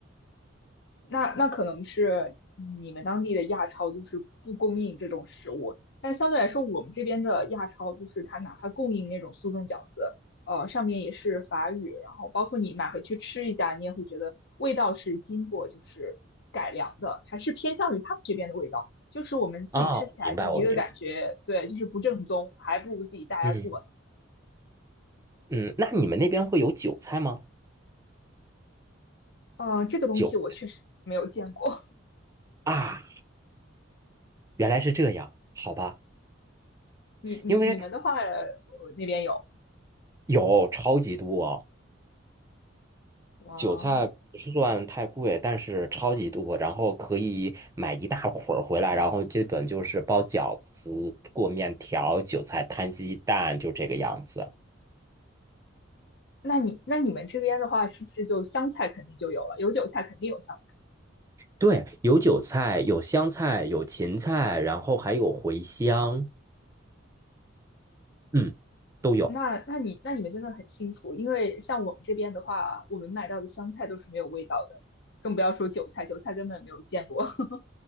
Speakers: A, on the left; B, on the right.
A: 那那可能是你们当地的亚超就是不供应这种食物，但相对来说，我们这边的亚超就是它哪怕供应那种速冻饺子，呃，上面也是法语，然后包括你买回去吃一下，你也会觉得味道是经过就是改良的，还是偏向于他们这边的味道，就是我们自己吃起来就一个感觉，
B: 哦，明白，我明白。
A: 对，就是不正宗，还不如自己大家做呢。
B: 嗯嗯，那你们那边会有韭菜吗？
A: 呃，这个东西我确实没有见过，
B: 韭啊，原来是这样，好吧，
A: <laughs> 你你你们的话，
B: 因为
A: 呃，那边有
B: 有超级多，
A: 哇。
B: 韭菜不是算太贵，但是超级多，然后可以买一大捆儿回来，然后基本就是包饺子、过面条、韭菜摊鸡蛋，就这个样子。
A: 那你那你们这边的话，是不是就香菜肯定就有了？有韭菜肯定有香菜。
B: 对，有韭菜，有香菜，有芹菜，然后还有茴香，嗯，都有。
A: 那那你那你们真的很幸福，因为像我们这边的话，我们买到的香菜都是没有味道的，更不要说韭菜，韭菜根本没有见过。<laughs>